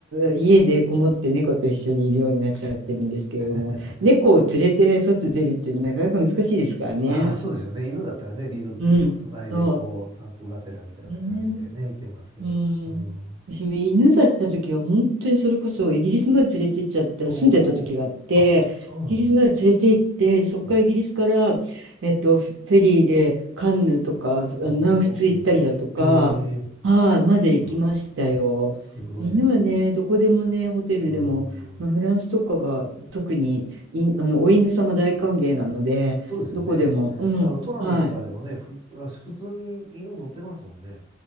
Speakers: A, on the right; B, on the right.
A: ん、家でこもって猫と一緒にいるようになっちゃってるんですけれども、
B: <laughs>
A: 猫を連れて外出るっていうのはなかなか難しいですからね。
B: まあ、そうですよね。犬だったらね、リードでこう、
A: うん、
B: 繋いで、
A: そ
B: こう、散歩がてらみたいな感じでね、
A: う。ね
B: 行けますけど。
A: うん。
B: うん。
A: 私も犬だった時は本当にそれこそイギリスまで連れて行っちゃった、
B: おお。
A: 住んでた時があって、
B: あ、そうなんだ。
A: イギリスまで連れて行って、そこからイギリスから、
B: ええ。
A: えっと、フェリーでカンヌとか、あの南仏行ったりだとか、
B: おお。ええ。
A: はい、まで行きましたよ。
B: ああ、すごいですね。
A: 犬はね、どこでもね、ホテルでも、
B: うん。
A: まあ、フランスとかは特にい、あの、お犬様大歓迎なので、
B: そうですよね。
A: どこでも、うん、
B: あの、トラムとかでもね、
A: はい、
B: ふ、あ普通に犬乗ってますもんね。